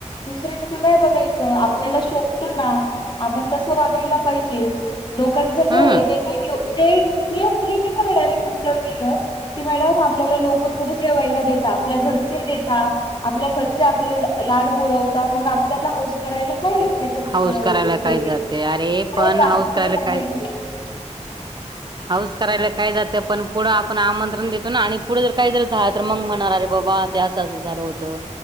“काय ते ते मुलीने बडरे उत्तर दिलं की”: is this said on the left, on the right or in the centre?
Left